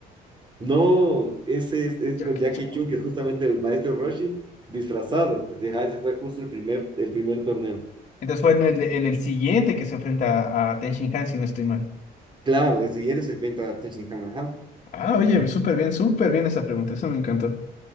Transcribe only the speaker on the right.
No, ese es, es
con Jackie
Chun, que es justamente el maestro Roshi, disfrazado. Pues, ajá, ese fue justo el primer, el primer torneo.
Claro, el siguiente se enfrenta a Tenshinhan, ajá.